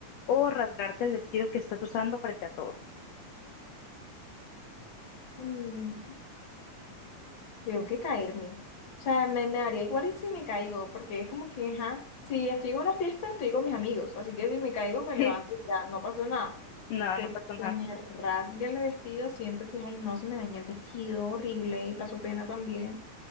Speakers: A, on the left; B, on the left.
A: o rasgarte el vestido que estás usando frente a todos? <laughs>
B: Mm, creo que caerme. O sea, me, me daría igual y si me caigo, porque es como que, ajá, si estoy en una fiesta, estoy con mis amigos, así que si me caigo, me levanto,
A: Sí,
B: y ya, no pasó nada.
A: no,
B: pero
A: no pasa
B: se
A: nada.
B: me rasga el vestido, siento que, ay, no, se me daña el vestido, horrible, y paso pena también.